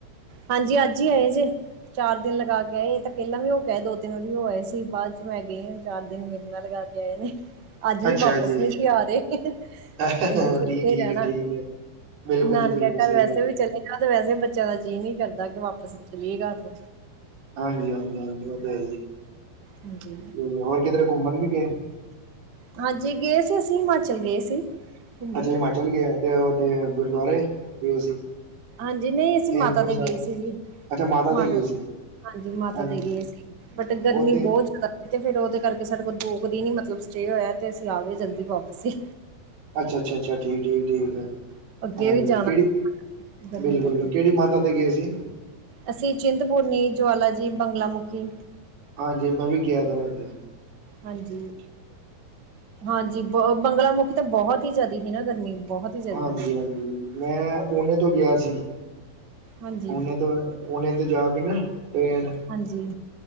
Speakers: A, on the right; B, on the right.
A: ਹਾਂਜੀ ਅੱਜ ਈ ਆਏ ਜੇ। ਚਾਰ ਦਿਨ ਲਗਾ ਕੇ ਆਏ ਇਹ ਤਾਂ ਪਹਿਲਾ ਵੀ ਹੋ ਕੇ ਆ ਦੋ-ਤਿੰਨ ਵਾਰੀ ਹੋ ਆਏ ਸੀ ਬਾਅਦ ਚ ਮੈਂ ਗਈ ਸੀ ਚਾਰ ਦਿਨ ਮੇਰੇ ਨਾਲ ਲਗਾ ਕੇ ਆਏ ਨੇ। ਅੱਜ ਵੀ
B: ਅੱਛਾ
A: ਵਾਪਿਸ
B: ਜੀ
A: ਨਹੀਂ ਸੀ ਆ ਰਹੇ, ਕਹਿੰਦੇ
B: ਠੀਕ
A: ਏਥੇ
B: ਠੀਕ
A: ਈ ਰਹਿਣਾ,
B: ਹੈ ਠੀਕ ਹੈ ਬਿਲਕੁਲ
A: ਨਾਨਕਿਆ
B: ਜੀ ਬਿਲਕੁਲ
A: ਕਰ
B: ਸਹੀ
A: ਵੈਸੇ
B: ਗੱਲ ਹੈ।
A: ਵੀ ਚਲੇ ਤਾਂ ਵੈਸੇ ਬੱਚਿਆਂ ਦਾ ਜੀਅ ਨੀ ਕਰਦਾ ਕਿ ਵਾਪਸ ਚਲੀਏ ਘਰ ਨੂੰ।
B: ਹਾਂਜੀ ਹਾਂਜੀ ਹਾਂਜੀ ਉਹ ਤਾਂ ਹੈ ਈ
A: ਹਾਂਜੀ
B: ਏ ਹੋਰ ਕਿਧਰੇ ਘੁੰਮਣ ਵੀ ਗਏ?
A: ਹਾਂਜੀ, ਗਏ ਸੀ। ਅਸੀਂ ਹਿਮਾਚਲ ਗਏ ਸੀ। ਘੁੰਮਣ
B: ਅੱਛਾ, ਹਿਮਾਚਲ ਗਿਆ। ਤੇ ਉਥੇ ਗੁਰਦੁਆਰੇ ਗਏ ਸੀ।
A: ਹਾਂਜੀ, ਨਹੀਂ ਅਸੀਂ
B: ਹੇਮਕੁੰਟ
A: ਮਾਤਾ ਤੇ
B: ਸਾਹਿਬ
A: ਗਏ ਸੀ ਜੀ।
B: ਅੱਛਾ ਦੇ
A: ਮਾਤਾ
B: ਗਏ
A: ਤ-
B: ਸੀ
A: ਹਾਂਜੀ, ਮਾਤਾ
B: ਹਾਂਜੀ
A: ਤੇ ਗਏ ਸੀ। ਬਟ ਗਰਮੀ
B: ਉਹ ਤੇ
A: ਬਹੁਤ ਜ਼ਿਆਦਾ ਸੀ। ਤੇ ਫੇਰ ਉਹਦੇ ਕਰਕੇ ਸਾਡੇ ਕੋਲ ਦੋ ਕੁ ਦਿਨ ਹੀ, ਮਤਲਬ ਸਟੇ ਹੋਇਆ ਤੇ ਅਸੀਂ ਆ ਗਏ, ਜਲਦੀ ਵਾਪਸ ਹੀ।
B: ਅੱਛਾ-ਅੱਛਾ, ਠੀਕ। ਠੀਕ-ਠੀਕ ਹੈ।
A: ਅੱਗੇ
B: ਹਾਂਜੀ-ਹਾਂਜੀ,
A: ਵੀ ਜਾਣਾ
B: ਕਿਹੜੀ
A: ਗਰਮੀ
B: ਬਿਲਕੁਲ
A: ਕਰਕੇ
B: ਕਿਹੜੀ ਮਾਤਾ ਤੇ ਗਏ ਸੀ।
A: ਅਸੀਂ ਚਿੰਤਪੁਰਨੀ, ਜਵਾਲਾ ਜੀ, ਬੰਗਲਾ ਮੁੁਖੀ,
B: ਹਾਂਜੀ, ਮੈਂ ਵੀ ਗਿਆ ਤ ਇੱਥੇ।
A: ਹਾਂਜੀ-ਹਾਂਜੀ, ਬ ਬੰਗਲਾ ਮੁੁਖੀ ਤਾਂ ਬਹੁਤ ਹੀ ਜ਼ਿਆਦਾ ਸੀ, ਨਾ ਗਰਮੀ। ਬਹੁਤ ਹੀ ਜ਼ਿਆਦਾ
B: ਹਾਂਜੀ-ਹਾਂਜੀ। ਮੈਂ, ਓਨੇ ਤੋਂ ਗਿਆ ਸੀ।
A: ਹਾਂਜੀ
B: ਉਹਨੇ ਤੇ ਜਾ ਕੇ ਨਾ ਟਰੇਨ
A: ਹਾਂਜੀ